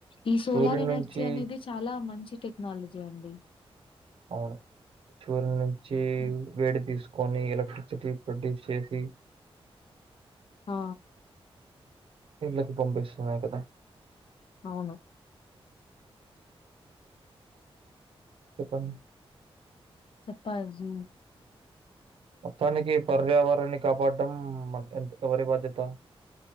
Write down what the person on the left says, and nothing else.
ఈ సోలార్
ఎనర్జీ
అనేది చాలా మంచి టెక్నాలజీ అండి
హ్మ్.
ఓ
అవును
చెప్పజి